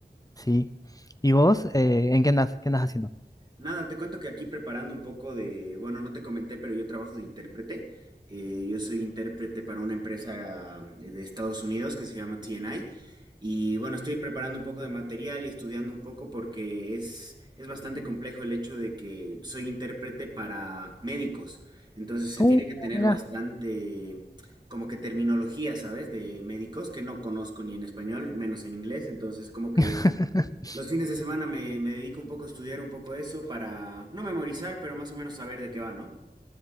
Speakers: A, on the left; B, on the right.
A: sí. ¿Y vos, eh, en qué andas? ¿Qué andas haciendo?
B: Nada, te cuento que aquí preparando un poco de, bueno, no te comenté, pero yo trabajo de intérprete. Eh, yo soy intérprete para una empresa eh, de Estados Unidos que se llama TNI. Y bueno, estoy preparando un poco de material y estudiando un poco porque es, es bastante complejo el hecho de que soy intérprete para médicos. Entonces se
A: Uh,
B: tiene que tener
A: mirá.
B: bastante, como que terminología, ¿sabes? De médicos que no conozco ni en español, menos en inglés. Entonces como que
A: <laughs>
B: los fines de semana me, me dedico un poco a estudiar un poco eso para no memorizar, pero más o menos saber de qué va, ¿no?